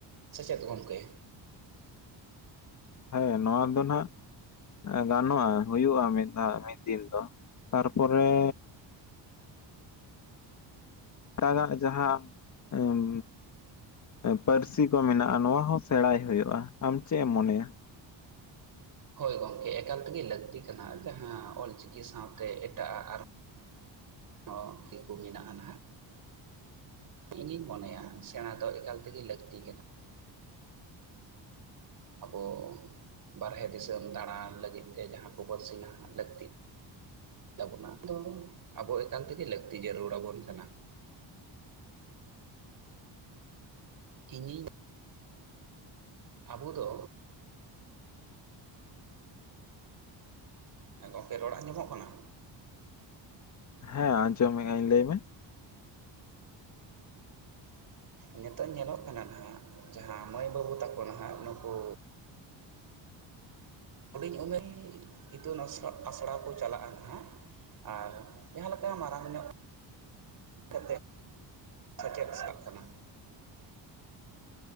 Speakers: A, on the right (about 45°); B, on the left (about 40°).
A: ᱥᱮᱪᱮᱫ ᱜᱚᱝᱠᱮ
B: ᱦᱮᱸ ᱱᱚᱣᱟ ᱫᱚ ᱱᱟᱜ ᱜᱟᱱᱚᱜᱼᱟ, ᱦᱩᱭᱩᱜᱼᱟ, ᱢᱤᱫ ᱫᱷᱟᱣ ᱢᱤᱫ ᱫᱤᱱ ᱫᱚ ᱾ ᱛᱟᱨᱯᱚᱨᱮ᱾ ᱮᱴᱟᱜᱟᱜ ᱡᱟᱦᱟᱸ ᱩᱸ᱾ ᱯᱟᱹᱨᱥᱤ ᱠᱚ ᱢᱮᱱᱟᱜᱼᱟ ᱱᱚᱣᱟ ᱦᱚᱸ ᱥᱮᱬᱟᱭ ᱦᱩᱭᱩᱜᱼᱟ, ᱟᱢ ᱪᱮᱜ ᱮᱢ ᱢᱚᱱᱮᱭᱟ?
A: ᱦᱳᱭ ᱜᱚᱢᱠᱮ ᱮᱠᱟᱞ ᱛᱮᱜᱮ ᱞᱟᱹᱠᱛᱤ ᱠᱟᱱᱟ, ᱡᱟᱦᱟᱸ ᱚᱞᱪᱤᱠᱤ ᱥᱟᱶᱛᱮ ᱮᱴᱟᱜᱟᱜ ᱟᱨ
B: <inaudible>
A: ᱦᱚᱸ ᱛᱤ ᱠᱩ ᱢᱮᱱᱟᱜᱼᱟ ᱱᱟᱜ᱾ ᱤᱧᱤᱧ ᱢᱚᱱᱮᱭᱟ ᱥᱮᱸᱬᱟ ᱫᱚ ᱮᱠᱟᱞ ᱛᱮᱜᱮ ᱞᱟᱹᱠᱛᱤ ᱠᱟᱱᱟ᱾ ᱟᱵᱚ ᱵᱟᱨᱦᱮ ᱫᱤᱥᱟᱹᱢ ᱫᱟᱬᱟᱱ ᱞᱟᱹᱜᱤᱫᱛᱮ ᱡᱟᱦᱟᱸᱠᱚ ᱵᱚᱨᱥᱤᱱᱟ ᱞᱟᱹᱠᱛᱤ ᱛᱟᱵᱱᱟᱟ ᱫᱚ ᱟᱵᱚ ᱮᱠᱟᱞ ᱛᱮᱜᱮ ᱞᱟᱹᱠᱛᱤ ᱡᱟᱹᱨᱩᱲ ᱟᱵᱚᱱ ᱠᱟᱱᱟ᱾ ᱤᱧᱤᱧ ᱟᱵᱚ ᱫᱚ ᱦᱮᱸ ᱜᱚᱢᱠᱮ ᱨᱚᱲ ᱟᱸᱡᱚᱢᱚᱜ ᱠᱟᱱᱟ?
B: ᱦᱮᱸ ᱟᱸᱡᱚᱢ ᱢᱮᱜ ᱟ. ᱧ ᱞᱟᱹᱭ ᱢᱮ᱾
A: ᱱᱤᱛᱚᱜ ᱧᱮᱞᱚᱜ ᱠᱟᱱᱟ ᱱᱟᱦᱟᱜ, ᱡᱟᱦᱟᱸ ᱢᱟᱹᱭ ᱵᱟᱹᱵᱩ ᱛᱟᱠᱚ ᱱᱟᱦᱟᱜ ᱱᱩᱠᱩ ᱦᱩᱰᱤᱧ ᱩᱢᱮᱨ ᱤᱛᱩᱱ ᱟᱥ ᱟᱥᱲᱟ ᱠᱚ ᱪᱟᱞᱟᱜᱼᱟ ᱱᱟᱦᱟᱜ᱾ ᱟᱨ ᱡᱟᱦᱟᱸᱮ ᱞᱮᱠᱟ ᱢᱟᱨᱟᱝ ᱧᱚᱜ <unintelligible> ᱛᱚ ᱥᱮᱪᱮᱫ ᱥᱟᱵ ᱠᱟᱱᱟ᱾